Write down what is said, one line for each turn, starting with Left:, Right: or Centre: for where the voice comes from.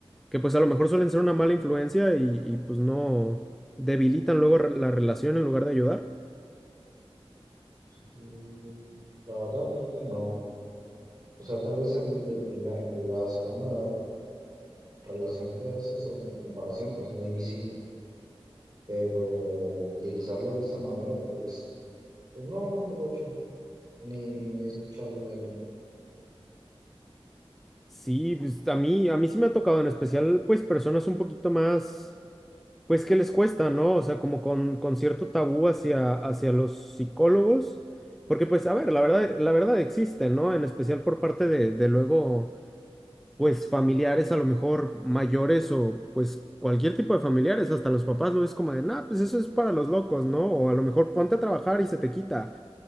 Centre: que pues a lo mejor suelen ser una mala influencia y, y pues no debilitan luego re- la relación en lugar de ayudar.
Right: Mm, La verdad creo que no. O sea, tal vez el, el primer, la segunda relación que haces o comparación, pues maybe sí, pero utilizarlo de esta manera, pues, pues no, nunca lo he hecho, ni he escuchado de alguien
Centre: Sí, pues a mí, a mí sí me ha tocado, en especial, pues personas un poquito más, pues que les cuesta, ¿no? O sea, como con, con cierto tabú hacia, hacia los psicólogos, porque pues, a ver, la verdad, la verdad existe, ¿no? En especial por parte de, de luego, pues familiares a lo mejor mayores o pues cualquier tipo de familiares, hasta los papás lo ves como de, nah, pues eso es para los locos, ¿no? O a lo mejor ponte a trabajar y se te quita.